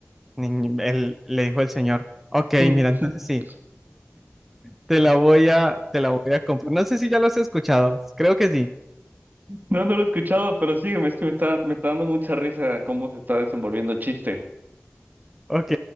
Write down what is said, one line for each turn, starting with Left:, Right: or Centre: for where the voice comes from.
Centre: Ni- ni- el- le dijo el señor. Ok,
Right: <laughs>
Centre: mira, entonces sí, te la voy a, te la voy a comprar. No sé si ya lo has escuchado, creo que sí.
Right: No, no lo he escuchado, pero sígueme, es que me está, me está dando mucha risa cómo se está desenvolviendo el chiste.
Centre: Ok,